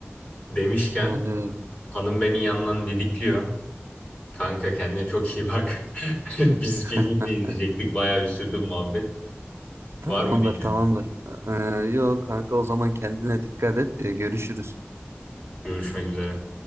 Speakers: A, on the left; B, on the right.
A: Demişken
B: Anlıyorum.
A: hanım beni yandan didikliyor. Kanka kendine çok iyi bak. <laughs> Biz filmi
B: Heh,
A: de izleyecektik. Bayağı bir sürdü bu muhabbet.
B: Tamamdır,
A: Var mı diyeceğim.
B: tamamdır. Ee, yok kanka o zaman kendine dikkat et. Ee, görüşürüz.
A: Görüşmek üzere.